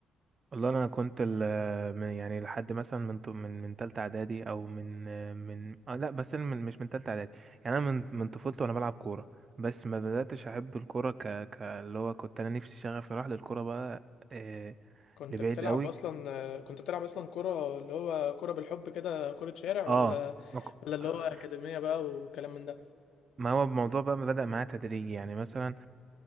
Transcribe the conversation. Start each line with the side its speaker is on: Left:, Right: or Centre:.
Right: والله انا كنت ال من- يعني لحد مثلا من ط- من من تالتة اعدادي او من من آه لا بس أنا من مش من تالتة اعدادي يعني انا من من طفولتي وانا بلعب كورة بس ما بدأتش احب الكورة ك ك اللي هو كنت انا نفسي شغفي راح للكورة بقى آه
Left: كنت
Right: لبعيد
Left: بتلعب
Right: قوي
Left: اصلا كنت بتلعب اصلا كرة اللي هو كرة بالحب كده كرة شارع ولا
Right: اه ما ك-
Left: ولا اللي
Right: آه،
Left: هو أكاديمية بقى وكلام من ده
Right: ما هو الموضوع بقى بدأ معايا تدريجي يعني مثلا